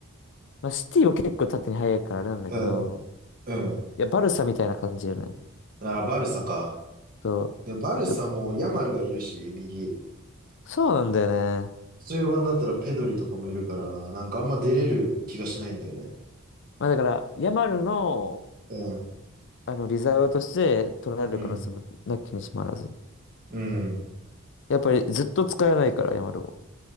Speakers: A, on the left; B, on the right.
A: まあ、シティは結構縦に速いからあれなんだけど、
B: うん、うん。
A: いや、バルサみたいな感じよね。
B: ああ、バルサか。
A: そ
B: で、バルサもヤマルがいるし、
A: う。で
B: 右。
A: そうなんだよね。
B: 中盤だったらペドリとかもいるから、なんかあんま出れる気がしないんだよね。
A: まあ、だから、ヤマルの、
B: うん、
A: あの、リザーブとして取られる可能性もなきにしもあらず。
B: うん、うん。
A: やっぱりずっと使えないから、ヤマルを。